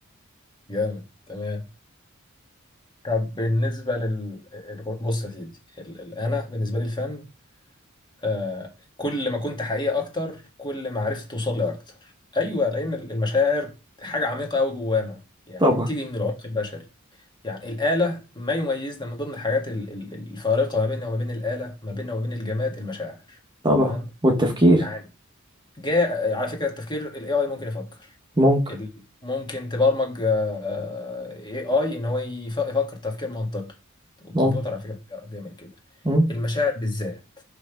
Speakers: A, on the left; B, on the right.
A: جامد تمام طب بالنسبة لل ال- بص يا سيدي ال... ال... انا بالنسبة لي الفن آه، كل ما كنت حقيقي اكتر كل ما عرفت توصل لي اكتر ايوه لان المشاعر حاجه عميقه قوي جوانا يعني
B: طبعا
A: بتيجي من العمق البشري يعني الاله ما يميزنا من ضمن الحاجات ال- ال- الفارقه ما بيننا وما بين الاله ما بيننا وما بين الجماد المشاعر
B: طبعا
A: تمام
B: والتفكير
A: يعني جاء على فكره التفكير الاي اي ممكن يفكر
B: ممكن
A: ال- ممكن تبرمج اي اي ان هو يف- يفكر تفكير منطقي والكمبيوتر
B: ممكن
A: على فكره بيعمل كده
B: مم.
A: المشاعر بالذات